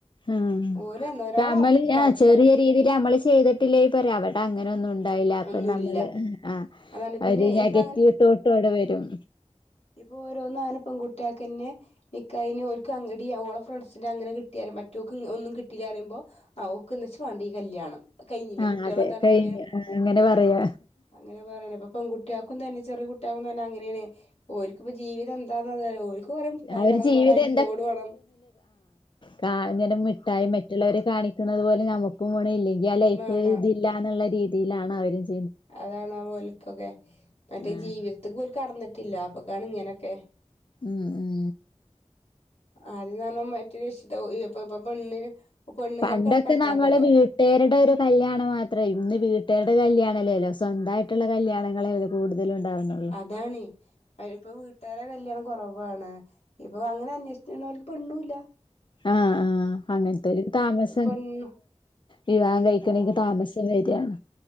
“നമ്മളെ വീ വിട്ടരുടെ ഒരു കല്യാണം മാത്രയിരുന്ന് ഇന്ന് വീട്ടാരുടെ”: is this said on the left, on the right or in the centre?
Left